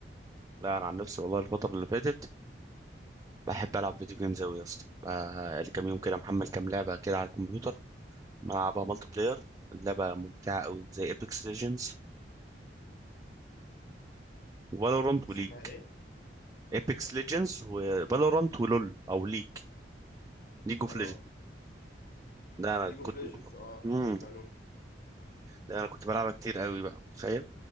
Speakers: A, on the right; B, on the left.
A: لا انا عن نفسي والله الفترة اللي فاتت بحب العب فيديو جيمز اوي يا اسطى بقى لي كام يوم كده محمل كام لعبة كده على الكمبيوتر ملعبها مالتي بلاير اللعبة ممتعة أوي زي ايبكس ليجندز وفالورانت
B: اسمها
A: وليج
B: إيه؟
A: ايبكس ليجندز وفالورانت ولول أو ليج ليج اوف
B: آه
A: ليجند ده أنا
B: ليج أوف
A: كنت
B: ليجندز آه
A: مم.
B: عارفها لول
A: ده أنا كنت بلعبها كتير أوي بقى تخيل